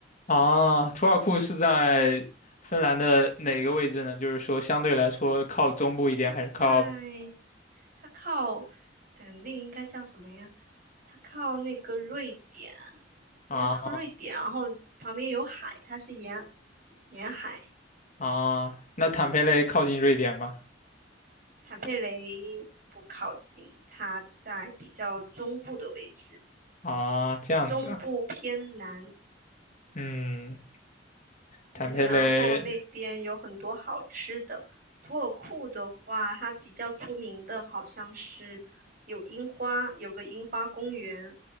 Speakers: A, on the left; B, on the right.
A: 啊，图尔库是在芬兰的哪个位置呢？就是说，相对来说靠中部一点，
B: 它在
A: 还是靠
B: 它靠，嗯，那个应该叫什么呀？它靠那个瑞典，应该靠瑞典，
A: 啊
B: 然后旁边有海，它是沿沿海。
A: 啊？那坦佩雷靠近瑞典吗？
B: 坦佩雷不靠近它在比较中部的位置，
A: 啊，这样子啊
B: 中部偏南，
A: 嗯，坦佩雷
B: 嗯，然后那边有很多好吃的。图尔库的话，它比较出名的好像是有樱花，有个樱花公园